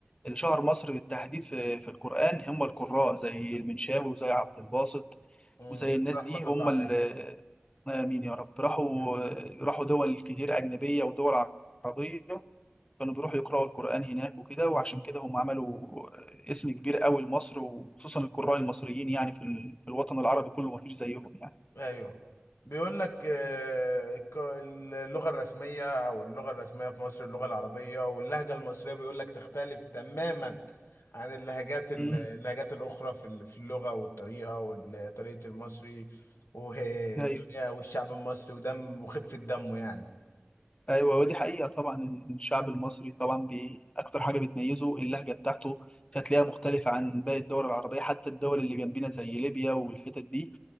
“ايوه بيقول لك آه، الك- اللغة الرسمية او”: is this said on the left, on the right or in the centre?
Left